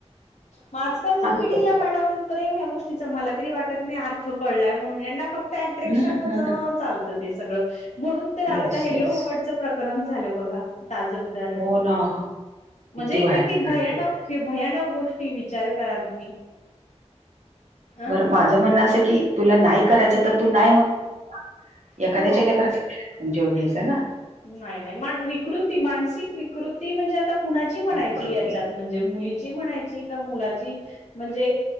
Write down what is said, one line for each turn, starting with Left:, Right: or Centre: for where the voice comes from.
Left: मग आजकालच्या पिढीला
Right: हम्म
Left: मॅडम प्रेम या गोष्टीच मला तरी वाटत नाही अर्थ कळलाय म्हणून यांना फक्त अट्रॅक्शन
Right: हम्म
Left: होत
Right: हम्म हम्म.
Left: चालत ते सगळ म्हणून तर
Right: येस
Left: आता हे
Right: येस
Left: लोहगड प्रकरण झालं बघा आत्ता. दारण
Right: हो ना
Left: म्हणजे
Right: भयानक
Left: किती भयानक
Right: झालं ते.
Left: भयानक गोष्टी विचार करा तुम्ही अं
Right: बर माझं म्हणणं असं की तुला नाही करायचं तर तू नाही म्हनं एखाद्याच्या
Left: हो
Right: लेकराचा <inaudible> जीव घ्यायचा ना
Left: नाही नाही मान विकृती मानसिक विकृती म्हणजे आता कुणाची म्हणायची
Right: प्रवृत्ती
Left: याच्यात म्हणजे मुलीची म्हणायची का मुलाची म्हणजे